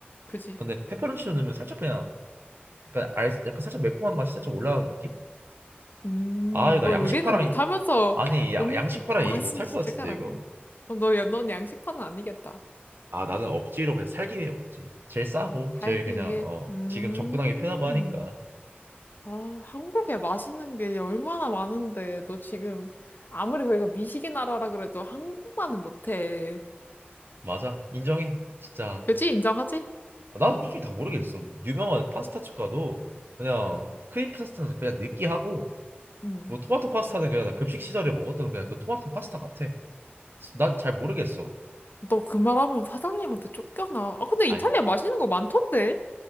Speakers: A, on the left; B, on the right.
A: 그지?
B: 근데 페페론치노 넣으면 살짝 그냥 약간 알, 약간 살짝 매콤한 맛이 살짝 올라오는 느낌?
A: 음,
B: 아, 나
A: 너
B: 양식파랑
A: 요리는 못하면서
B: 이- 아니 야,
A: 음식
B: 양식파랑
A: 맛은
B: 얘기 못 할
A: 진짜
B: 것 같은데
A: 잘하네.
B: 이거.
A: 어, 너, 야, 넌 양식파는 아니겠다.
B: 아, 나는 억지로 그냥 살기 위해 먹지. 제일 싸고
A: 살기
B: 제일 그냥
A: 위해.
B: 어
A: 음.
B: 지금 접근하기 편하고 하니까.
A: 아, 한국에 맛있는 게 얼마나 많은데, 너 지금 아무리 거기가 미식의 나라라 그래도 한국만은 못해.
B: 맞아, 인정해. 진짜.
A: 그지? 인정하지?
B: 아, 나는 솔직히 다 모르겠어. 뭐 유명한 파스타집 가도 그냥 크림 파스타는 그냥 느끼하고
A: 응.
B: 뭐 토마토 파스타는 그냥 나 급식 시절에 먹었던 그냥 그 토마토 파스타 같아. 난 잘 모르겠어.
A: 너 그 말하면 사장님한테 쫓겨나. 아, 근데
B: 아니,
A: 이탈리아 맛있는 거 많던데?